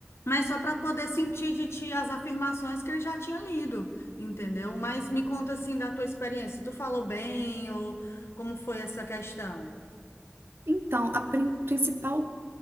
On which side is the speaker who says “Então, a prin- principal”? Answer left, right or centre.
Right